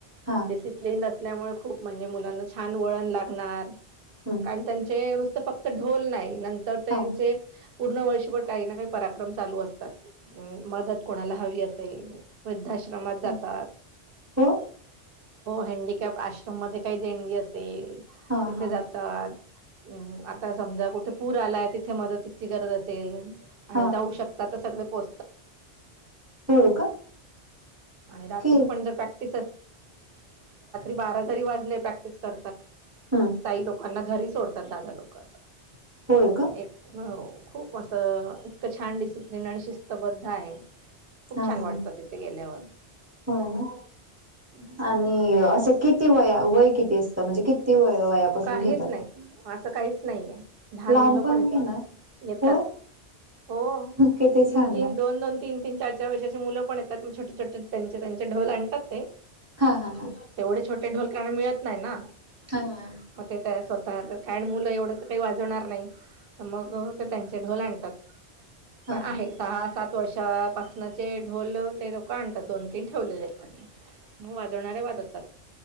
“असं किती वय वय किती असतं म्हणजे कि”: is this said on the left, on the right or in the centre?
Right